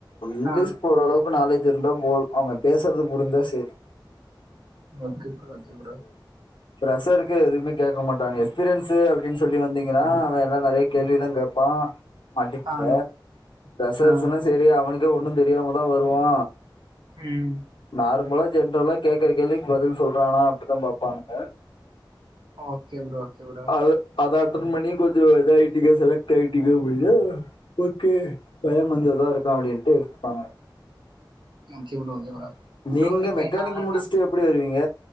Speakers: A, on the left; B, on the right.
A: இங்கிலீஷ்
B: ஆ
A: ஓரளவுக்கு நாலேஜ் இருந்தா போது அவங்க பேசுறது புரிஞ்சா சேரி
B: ஓகே ப்ரோ ஓகே ப்ரோ
A: பிரெஷ்ஷருக்கு எதுவுமே கேக்கமாட்டாங்க எக்ஸ்பீரியன்ஸ்சு அப்டின்னு சொல்லி வந்தீங்கன்னா அவ எல்லா நெறைய கேள்விதா கேப்பா அ மாட்டிப்பிங்க
B: ஆ
A: ஃபிரெஷ்ஷர்
B: ஆ
A: சென்னா செரி அவனுக்கே ஒன்னு தெரியாம தா வருவா
B: ம்
A: நார்மலா ஜென்ரலா கேக்கற கேள்விக்கு பதில் சொல்றானா அப்பிடிதா பாப்பாங்க
B: ஓகே ப்ரோ ஓகே ப்ரோ
A: அது அதா <unintelligible> கொஞ்சோ இது ஐ டி க்கு செலக்ட் ஐ டி கம்பனினா ஓகே பயோ கொஞ்சதா இருக்க அப்டின்ட்டு எடுத்துப்பாங்க
B: okay bro okay bro
A: நீங்க
B: ப்ரோ இப்ப
A: மெக்கானிக்
B: என்ன
A: முடிச்சுட்டு
B: நா
A: எப்டி வருவீங்க